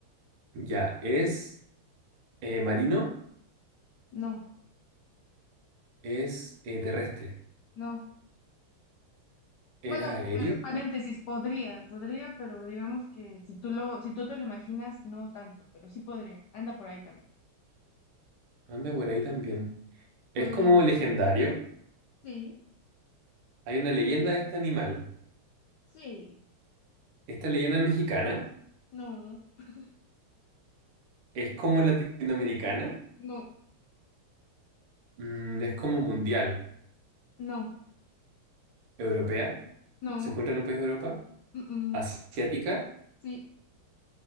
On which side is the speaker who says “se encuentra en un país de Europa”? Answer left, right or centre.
Right